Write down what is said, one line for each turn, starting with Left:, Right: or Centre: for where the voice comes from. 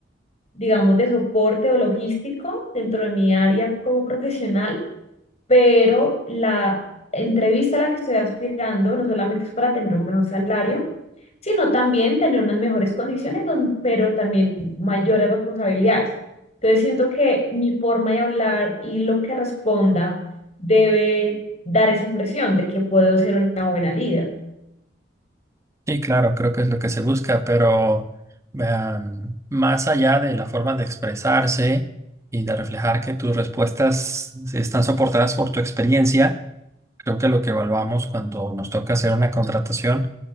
Left: digamos, de soporte o logístico dentro de mi área como profesional pero la entrevista a la que estoy aspirando no solamente es para tener un mejor salario, sino también tener unas mejores condiciones, don- pero también mayores responsabilidades. Entonces siento que mi forma de hablar y lo que responda debe dar esa impresión de que puedo ser una buena líder.
Right: Sí, claro, creo que es lo que se busca, pero vean, más allá de la forma de expresarse y de reflejar que tus respuestas están soportadas por tu experiencia, creo que lo que evaluamos cuando nos toca hacer una contratación